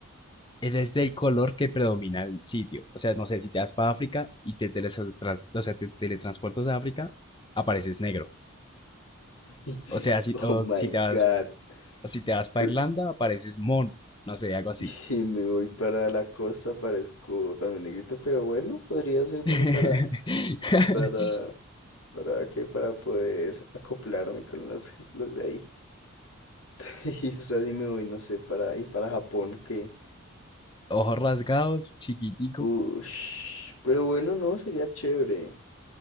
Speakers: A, on the left; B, on the left.
A: eres del color que predomina el sitio. O sea, no sé, si te vas para África y te, teletrans- o sea, te teletransportas a África, apareces negro.
B: <laughs>
A: O sea, si, o
B: Oh my
A: si te vas
B: God.
A: O si te vas para
B: Eh,
A: Irlanda, apareces mono. No sé, algo así.
B: Y si me voy para la costa, parezco también negrito, pero bueno, podría ser bueno
A: <laughs>
B: para... para... ¿Para qué? Para poder acoplarme con los, los de ahí. <laughs> Y, o sea, si me voy, no sé, para... y para Japón, que...
A: Ojos rasgados, chiquitico.
B: Ush. Pero bueno, no, sería chévere.